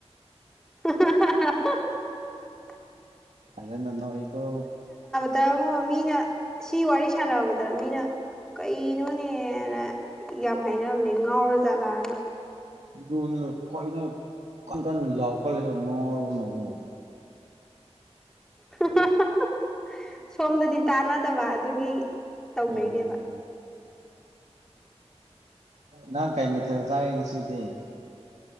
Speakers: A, in the centre; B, on the right.
A: <inaudible>
B: ꯐꯖꯅ ꯅꯣꯛ ꯏꯀꯣ
A: ꯇꯥꯉꯣ ꯃꯤꯅ ꯁꯤ ꯋꯥꯔꯤ ꯁꯥꯟꯅꯕꯗ ꯃꯤꯅ ꯀꯩꯅꯣꯅꯦꯅ ꯌꯥꯝ ꯍꯥꯏꯅꯕꯅꯦ ꯉꯥꯎꯔ ꯖꯥꯠꯂꯥꯅ
B: ꯑꯗꯨꯅꯤ ꯀꯣꯏꯅꯧ ꯀꯟ ꯀꯟ ꯂꯎꯈꯠꯂꯤꯁꯦ ꯉꯥꯎꯔꯕ ꯅꯪꯕꯨ
A: ꯍꯥꯍꯥꯍꯥꯍ ꯁꯣꯝꯗꯗꯤ ꯇꯥꯅꯗꯕ ꯑꯗꯨꯒꯤ ꯇꯧꯅꯩꯅꯦꯕ
B: ꯑꯗꯨꯕꯨ ꯅꯪ ꯀꯩ ꯃꯊꯦꯜ ꯆꯥꯒꯦ ꯉꯁꯤꯗꯤ